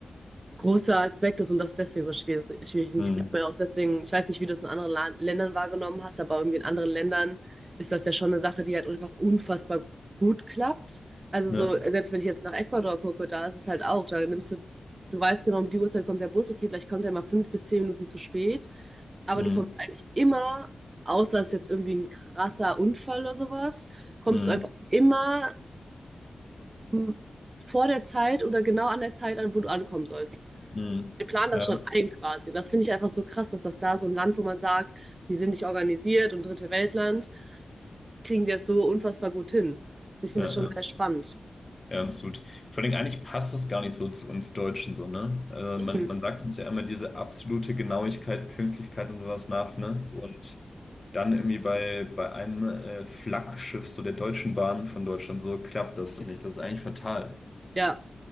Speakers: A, on the right; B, on the left.
A: großer Aspekt ist und das ist deswegen so schwierig schwierig ist.
B: mhm,
A: Ich glaube ja auch deswegen, ich weiß nicht, wie du es in anderen La Ländern wahrgenommen hast, aber irgendwie in anderen Ländern ist das ja schon eine Sache, die halt einfach unfassbar gut klappt. Also
B: ja,
A: so, selbst wenn ich jetzt nach Ecuador gucke, da ist es halt auch, da nimmst du, du weißt genau, um die Uhrzeit kommt der Bus, okay, vielleicht kommt er mal fünf bis zehn Minuten zu spät, aber
B: mhm,
A: du kommst eigentlich immer, außer es ist jetzt irgendwie ein krasser Unfall oder sowas, kommst
B: mhm,
A: du einfach immer m, vor der Zeit oder genau an der Zeit an, wo du ankommen sollst
B: mhm,
A: die planen das
B: ja,
A: schon ein quasi. Und das finde ich einfach so krass, dass das da so ein Land, wo man sagt, die sind nicht organisiert und Dritte Weltland, kriegen die das so unfassbar gut hin. Ich finde
B: ja,
A: das schon
B: ja,
A: sehr spannend.
B: ja, absolut. Vor allem eigentlich passt es gar nicht so zu uns Deutschen so, ne? Also
A: Eben.
B: man, man sagt uns ja immer diese absolute Genauigkeit, Pünktlichkeit und sowas nach, ne? Und dann irgendwie bei, bei einem äh, Flaggschiff so der Deutschen Bahn von Deutschland so klappt das so nicht. Das ist eigentlich fatal.
A: Ja,